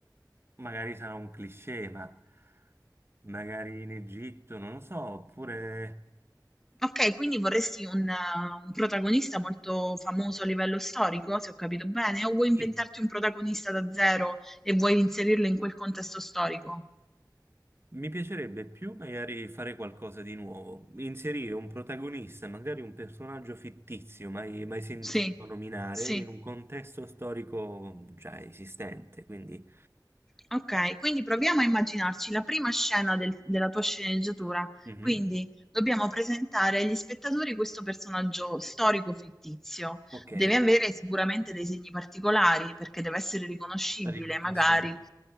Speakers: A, on the right; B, in the centre.
A: magari sarà un cliché, ma magari in Egitto, non lo so, oppure...
B: ok, quindi vorresti un, eh, un protagonista molto famoso a livello storico, se ho capito bene, o vuoi inventarti
A: Sì,
B: un protagonista da zero e vuoi inserirlo in quel contesto storico?
A: Mi piacerebbe più magari fare qualcosa di nuovo, inserire un protagonista, magari un personaggio fittizio, mai, mai sentito
B: Sì,
A: nominare,
B: sì.
A: in un contesto storico già esistente, quindi...
B: Okay, quindi proviamo a immaginarci la prima scena del della tua sceneggiatura.
A: Mhm,
B: Quindi dobbiamo presentare agli spettatori questo personaggio storico-fittizio.
A: Ok,
B: Deve avere sicuramente dei segni particolari, perché deve essere riconoscibile,
A: Ri-
B: magari,
A: assolutamente.